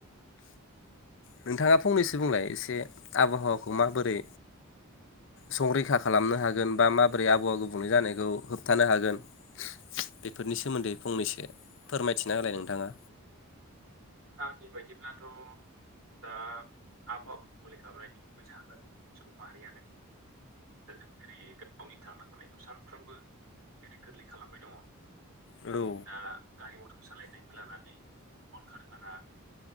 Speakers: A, on the left (about 55°); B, on the right (about 75°).
A: नोंथाङा फंनैसो बुंलाय आबहावाखौ माबोरै संरैखा खालामनो हागोन बा माबोरै आबहावा गुबुंले जानायखौ होबथानो हागोन बेफोरनि सोमोन्दै फंनैसो फोरमायथिना हालाय नोंथाङा
B: आंनि बायदिब्लाथ' दा आबहावाखौ मुलि खालामनायनि गुब जाह सुबुं माहारियानो दा जों जेरै गावनि थांना थानायखौ जेरै गोरलै खालामबाय दङ
A: औ
B: दा गारि मथर सालायनायखौ लानानै कल कारखाना